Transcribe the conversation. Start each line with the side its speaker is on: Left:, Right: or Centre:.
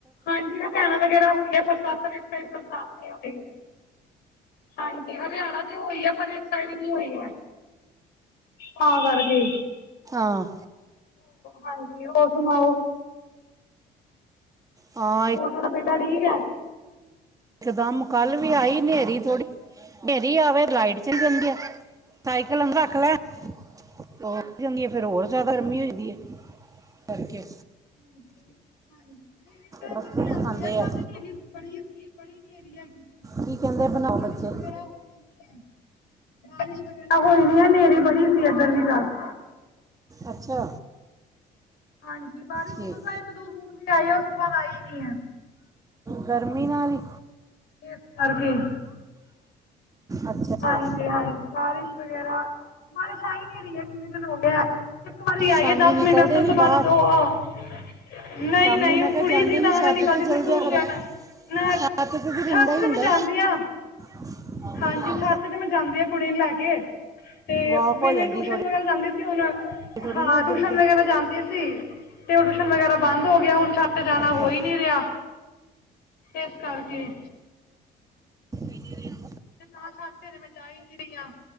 Left: ਹਾਂਜੀ ਹਰਿਆਣਾ ਵਗੈਰਾ ਹੋਈ ਆ ਬਰਸਾਤ, ਪਰ ਇਸ ਟਾਈਮ ਬਰਸਾਤ ਨੀ ਹੋ ਰਹੀ ਹਾਂਜੀ ਹਰਿਆਣਾ ਹੋਈ ਆ ਪਰ ਇਸ ਸਾਇਡ ਨੀ ਹੋਈ ਆ ਤਾਂ ਕਰਕੇ
Right: ਹਾਂ
Left: ਹਾਂਜੀ ਹੋਰ ਸੁਣਾਓ
Right: ਹਾਂ
Left: ਹੁਨ ਥੋਡਾ ਬੇਟਾ ਠੀਕ ਏ।
Right: ਇਕਦਮ ਕੱਲ ਵੀ ਆਈ ਨੇਰੀ ਥੋੜੀ, ਨੇਰੀ ਆਵੇ ਲਾਈਟ ਚਲੀ ਜਾਂਦੀ ਆ, ਸਾਈਕਲ ਅੰਦਰ ਰੱਖ ਲੈ, ਉਹ ਜਾਂਦੀ ਆ ਫੇਰ ਹੋਰ ਜੀਆਦਾ ਗਰਮੀ ਹੋ ਜਾਦੀ ਏ ਤਾਂ ਕਰਕੇ
Left: <unintelligible>
Right: ਬੱਚੇ ਵੀ ਖਾਂਦੇ ਆ
Left: ਬੜੀ ਨੇਰੀ ਆਈ
Right: ਕੀ ਕਹਿੰਦੇ
Left: ਪਰ
Right: ਬਣਾਓ
Left: ਬਾਰਿਸ਼
Right: ਬੱਚੇ
Left: ਵਗੈਰਾ ਹੋਈ ਨੀ ਏ ਬਾਰਿਸ਼ ਵਗੈਰਾ ਹੋਈ ਨੀ ਆ ਨੇਰੀ ਬੜੀ ਸੀ ਇੱਧਰ ਵੀ ਰਾਤ
Right: ਅੱਛਾ
Left: ਹਾਂਜੀ ਬਾਰਿਸ਼
Right: ਠੀਕ
Left: ਮਸਾ ਇੱਕ ਦੋ ਬੂਦ ਜੇ ਆਏ ਆ ਉਸ ਤੋਂ ਬਾਅਦ ਆਈ ਨੀ ਏ
Right: ਗਰਮੀ ਨਾਲ ਈ
Left: ਇਸ ਕਰਕੇ ਈ
Right: ਅੱਛਾ ਅੱਛਾ
Left: ਹਾਂਜੀ-ਹਾਂਜੀ, ਬਾਰਿਸ਼ ਵਗੈਰਾ ਬਾਰਿਸ਼ ਆਈ ਨੀ ਰਹੀ ਏ ਕਿੰਨੇ ਦਿਨ ਹੋ ਗਏ ਆ ਇਕ ਵਾਰੀ ਆਈ
Right: ਸ਼ਾਮੀ
Left: ਆ ਦਸ
Right: ਨਿਕਲਦੇ
Left: ਮਿੰਟ ਬਸ ਉਸ
Right: ਨਹੀਂ
Left: ਤੋਂ ਬਾਦ
Right: ਬਾਹਰ
Left: ਦ ਆ ਨਹੀਂ-ਨਹੀਂ,
Right: ਸ਼ਾਮੀ ਮੈਂ
Left: ਉਹ
Right: ਕਿਹਾ
Left: ਕੁੜੀ
Right: ਜਾਂਦੇ
Left: ਸੀ ਤਾਂ
Right: ਨਹੀਂ ਛੱਤ
Left: ਮੈਂ ਨਿਕਲਦੀ
Right: ਤੇ ਚਲ
Left: ਸੀ
Right: ਜਿਆ
Left: ਟਿਊਸ਼ਨ
Right: ਕਰੋ
Left: ਨਾ
Right: ਛੱਤ ਤੇ ਤਾਂ ਠੰਡਾ
Left: ਛੱਤ
Right: ਹੀ
Left: ਤੇ
Right: ਹੁੰਦਾ
Left: ਮੈਂ ਜਾਨੀ ਆ
Right: <unintelligible>
Left: ਹਾਂਜੀ ਛੱਤ ਤੇ ਮੈਂ ਜਾਂਦੀ ਆ ਕੁੜੀ ਨੂੰ ਲੈ ਕੇ ਤੇ
Right: ਵਾਕ
Left: ਵੀ
Right: ਹੋ ਜਾਂਦੀ
Left: ਟਿਊਸ਼ਨ
Right: ਥੋੜੀ
Left: ਵਗੈਰਾ ਜਾਂਦੀ ਸੀ ਹੁਣ
Right: ਥੋੜੀ
Left: ਹਾਂ
Right: ਨਾ ਇੱਧਰ
Left: ਟਿਊਸ਼ਨ
Right: ਉੱਧਰ
Left: ਵਗੈਰਾ ਜਾਂਦੀ ਸੀ ਤੇ ਉਹ ਟਿਊਸ਼ਨ ਵਗੈਰਾ ਬੰਦ ਹੋ ਗਿਆ ਹੁਣ ਛੱਤ ਤੇ ਜਾਣਾ
Right: ਅੱਛਾ
Left: ਹੋ ਈ ਨੀ ਰਿਹਾ ਇਸ ਕਰਕੇ
Right: <unintelligible>
Left: ਤੇ ਤਾਂ ਛੱਤ ਤੇ ਮੈਂ ਜਾਈ ਨੀ ਰਹੀ ਆ